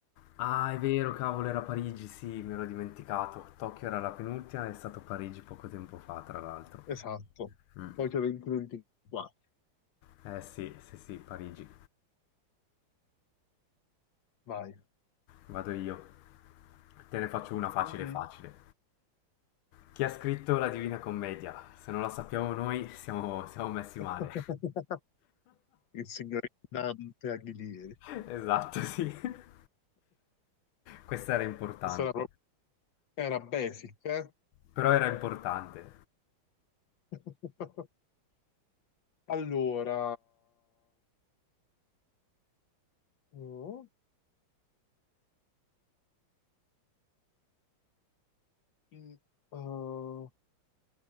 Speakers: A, on the left; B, on the left.
A: Ah, è vero, cavolo, era Parigi, sì, me l'ho dimenticato. Tokyo era la penultima, è stato Parigi poco tempo fa, tra l'altro.
B: esatto.
A: Mm.
B: Tokyo 2024.
A: Eh sì, sì, sì, Parigi.
B: Vai.
A: Vado io. Te ne faccio una facile,
B: Mm.
A: facile. Chi ha scritto la Divina Commedia? Se non la sappiamo noi, siamo, siamo messi
B: <laughs>
A: male.
B: Il signor Dante Alighieri.
A: <laughs> Esatto, sì. <laughs> Questa era importante.
B: Questa era, proprio- era basic, eh?
A: Però era importante.
B: <laughs> Allora, oh, in- eh,